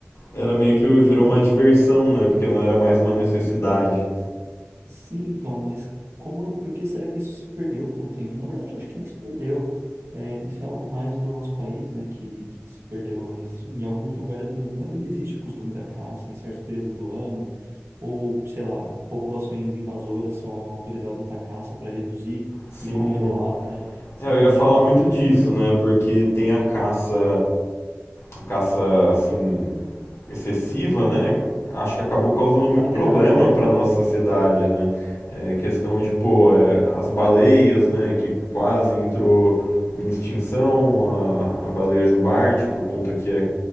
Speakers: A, on the left (about 75°); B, on the right (about 70°).
A: Era meio
B: E,
A: que virou uma diversão, né? Porque não era mais uma necessidade.
B: Sim, então, mas como, por que será que isso se perdeu com o tempo? Na verdade, eu acho que nem se perdeu. É, isso é algo mais do nosso país, né, que, que se perdeu, mas em alguns lugares do mundo ainda existe o costume da caça, em certos períodos do ano, ou, sei lá, populações invasoras são autorizadas à caça para reduzir
A: Sim.
B: e controlar, né? São
A: É, eu ia
B: medidas
A: falar muito
B: usadas
A: disso,
B: pela
A: né? Porque tem a caça a caça assim excessiva, né? Acho que acabou causando muito
B: a predatória,
A: problema para
B: né?
A: nossa sociedade, né? É questão de, pô, é, as baleias, né, que quase entrou em extinção, a, a baleia jubarte, por conta que é,